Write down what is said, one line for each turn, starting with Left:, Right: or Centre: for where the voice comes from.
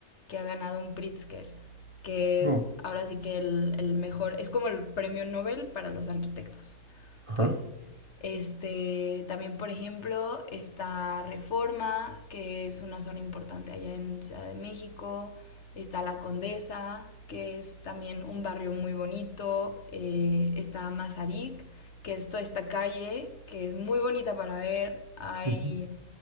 Left: que ha ganado un Pritzker, que
Right: Oh,
Left: es ahora sí que el, el mejor, es como el premio Nobel para los arquitectos,
Right: ajá,
Left: pues. Este, también, por ejemplo, está Reforma, que es una zona importante allá en Ciudad de México. Está La Condesa, que es también un barrio muy bonito. Eh, está Mazarik, que es toda esta calle, que es muy bonita para ver. Hay
Right: ujú,